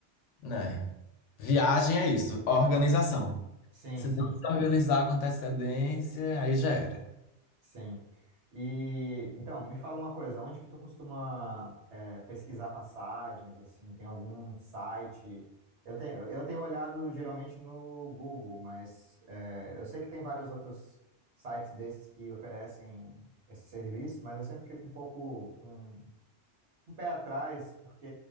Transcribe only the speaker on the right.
Sim,
sim,
sim. E então, me fala uma coisa, onde que tu costuma é, pesquisar passagens, assim, tem algum site? Eu tenho, eu tenho olhado geralmente no Google, mas é, eu sei que tem vários outros sites desses que oferecem esse serviço, mas eu sempre fico um pouco com um pé atrás, porque